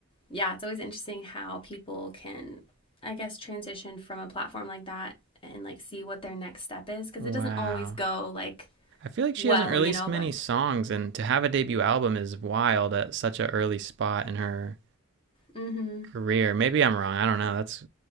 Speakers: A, on the left; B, on the right.
A: yeah, it's always interesting how people can I guess transition from a platform like that and like see what their next step is because
B: Wow.
A: it doesn't always go like
B: I feel like she
A: well,
B: hasn't released
A: you know,
B: many
A: but
B: songs, and to have a debut album is wild at such an early spot in her
A: hmm
B: career. Maybe I'm wrong. I don't know. That's